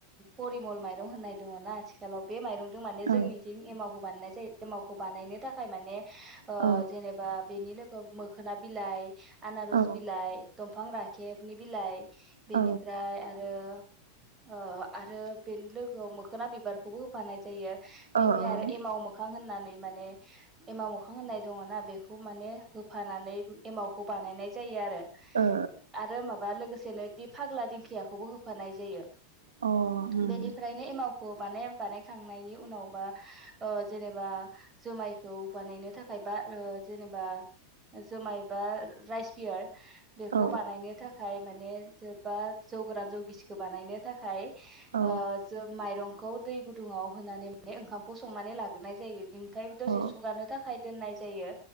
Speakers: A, on the right (about 20°); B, on the right (about 70°).
A: परिमल माइ माइरं होननाय दङ ना आथिखालाव बे माइरं माने जोंनिथिं
B: औ
A: एमावखो बानायनाय जायो एमावखौ बानायनो थाखाय माने
B: औ
A: जेनेबा बेनि नो मोखोना बिलाइ आनारस
B: ओ
A: बिलाय दम बिफां राखेबनि बिलाइ बेनिफ्राय
B: ओ औ
A: आरो ओ-आरो बेनि लोगोआव मोखोना बिबारखौबो होफानाय <unintelligible> बेनिफ्राय
B: ओ
A: आरो एमाव मोखां होनना माने एमाव मोखां होननाय दङ ना बेखौ माने होफानानै एमावखौ बानायनाय जायो आरो
B: ओ
A: आरो माबा लोगो सेनो दि फाग्ला दिंखियाखौबो होफानाय जायो
B: अ उम
A: बेनिफ्रायनो एमाव <unintelligible> थांनायनि उनावबा ओ जेनेबा जुमायखौ बानायनो थाखाय बा ओ-जेनेबा जोमाय बा राइस बियार बेखौ
B: औ
A: बानायनो थाखाय माने जोबबा जौ गोरान जौ गिसिखौ बानायनो थाखाय
B: औ
A: ओ जो माइरं <unintelligible> गुदुङाव होनानै माने ओंखामखौ संनानै लाग्रोनाय जायो ओमफाय दसे
B: औ
A: सुगानो थाखाय दोननाय जायो